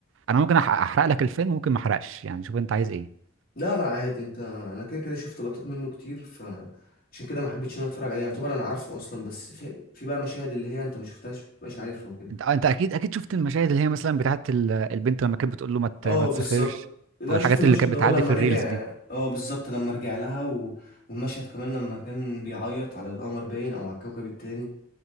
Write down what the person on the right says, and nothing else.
انا ممكن أح- احرق لك الفيلم ممكن ما احرقش يعني شوف انت عايز ايه
انت آه، انت اكيد اكيد شفت المشاهد اللي هي مثلا بتاعت ال- البنت لما كانت بتقول له ما ت-
ما
تسافرش
والحاجات
اللي كانت
بتعدي
في
الريلز دي